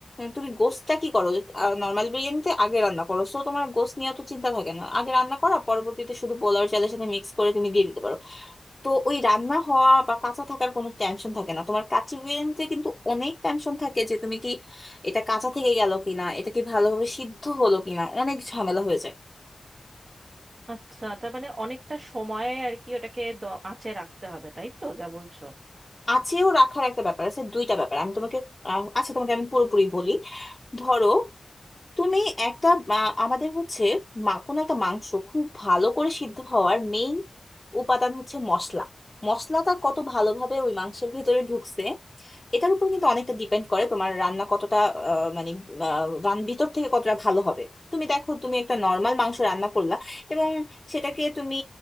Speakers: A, on the left; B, on the right.
A: তুমি গোশটা কি করো নর্মাল বিরিয়ানিতে আগে রান্না করো সো তোমার গোশ নিয়ে তো চিন্তা থাকে না আগে রান্না করা পরবর্তীতে শুধু পোলাও চালের সাথে মিক্স করে তুমি দিয়ে দিতে পারো তো ওই রান্না হওয়া বা কাঁচা থাকার কোনো টেনশন থাকে না তোমার কাচ্চি বিরিয়ানিতে কিন্তু অনেক টেনশন থাকে যে তুমি কি এটা কাঁচা থেকে গেল কিনা এটা কি ভালোভাবে সিদ্ধ হলো কিনা অনেক ঝামেলা হয়ে যায়
B: আচ্ছা তার মানে অনেকটা সময়ে আর কি ওটাকে দ- আঁচে রাখতে হবে তাই তো যা বলছো
A: আছেও রাখার একটা ব্যাপার আছে দুইটা ব্যাপার আমি তোমাকে আহ, আচ্ছা তোমাকে আমি পুরোপুরি বলি ধরো তুমি একটা আহ, আমাদের হচ্ছে মা- কোনো একটা মাংস খুব ভালো করে সিদ্ধ হওয়ার মেইন উপাদান হচ্ছে মশলা মশলাটা কত ভালোভাবে ওই মাংসের ভেতরে ঢুকছে এটার উপর কিন্তু অনেকটা ডিপেন্ড করে তোমার রান্না কতটা আহ, মানে রান ভিতর থেকে কতটা ভালো হবে তুমি দেখো তুমি একটা নর্মাল মাংস রান্না করলা এবং সেটাকে তুমি